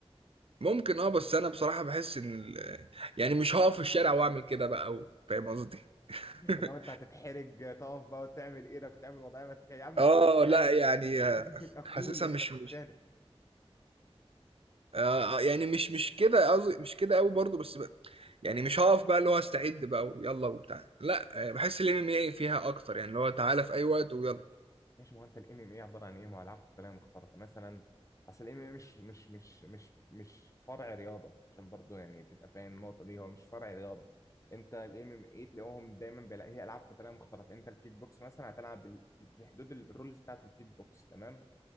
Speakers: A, on the right; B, on the left.
A: ممكن اه بس انا بصراحة بحس ان ال- يعني مش هقف في الشارع واعمل كده بقى و- فاهم قصدي <laughs>
B: اللي هو انت هتتحرج آه، تقف بقى وتعمل ايدك وتعمل وضعيه ما ت- يا عم
A: اه
B: انت بتتخانق
A: لا يعني
B: مش لازم تبقى كول
A: حاسسها
B: وانت
A: مش
B: بتتخانق
A: مش آه آه، يعني مش مش كده قصدي مش كده قوي برضو بس بقى يعني مش هقف بقى اللي هو استعد بقى ويلا وبتاع لا آه، بحس الام ام اي فيها اكتر يعني اللي هو تعالى في اي وقت ويلا
B: ماشي ما هو انت الام ام اي عباره عن ايه؟ ما هو العاب قتاليه مختلطه مثلا اصل الام ام اي مش مش مش مش مش فرع رياضه عشان برضو يعني تبقى فاهم النقطه دي هو مش فرع رياضه انت الام ام اي تلاقوهم دايما بيلاقي هي العاب قتاليه مختلطه انت الكيك بوكس مثلا هتلعب ال- في حدود الرولز بتاعت الكيك بوكس تمام